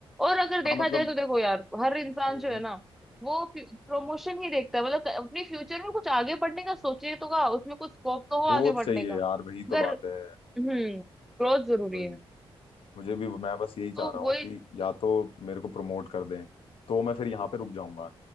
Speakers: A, in the centre; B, on the left (about 65°).
A: और अगर देखा
B: हाँ मतलब
A: जाए तो देखो यार हर इंसान
B: हम्म
A: जो है ना वो प्रमोशन ही देखता है मतलब अपने फ्यूचर में कुछ आगे बढ़ने का सोचे तो का उसमें कुछ स्कोप तो हो
B: ग्रोथ
A: आगे बढ़ने
B: चाहिए
A: का
B: यार वही तो
A: अगर
B: बात है
A: हम्म ग्रोथ जरूरी
B: वही
A: है
B: मुझे भी मैं बस यही चाह
A: तो
B: रहा हूँ
A: वही
B: कि या तो मेरे को प्रमोट कर दें तो मैं फिर यहाँ पे रुक जाऊंगा